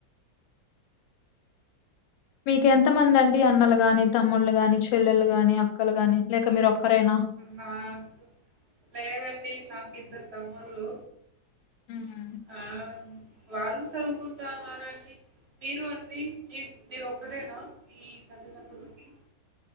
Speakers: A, on the left; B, on the right.
A: మీకు ఎంత మంది అండి అన్నలు గాని తమ్ముళ్లు గాని చెల్లెలు గాని అక్కలు గాని లేక మీరు ఒక్కరేనా?
B: నాకు లేదండి నాకు ఇద్దరు తమ్ముళ్ళు
A: హ్మ్.
B: ఆ వాళ్ళు సదుకుంటా ఉన్నారండి మీరు అండి మీ మీరు ఒక్కరేనా మీ తల్లిదండ్రులకి